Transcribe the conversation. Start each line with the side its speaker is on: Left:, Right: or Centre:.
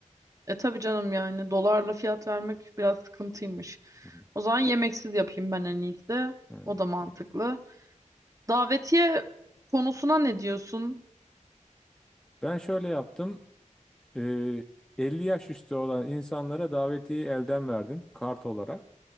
Right: E tabii canım yani dolarla fiyat vermek biraz sıkıntıymış.
Centre: Hı hı.
Right: O zaman yemeksiz yapayım ben en iyisi.
Centre: Hı.
Right: O da mantıklı. Davetiye konusuna ne diyorsun?
Centre: Ben şöyle yaptım. E, 50 yaş üstü olan insanlara davetiyeyi elden verdim kart olarak.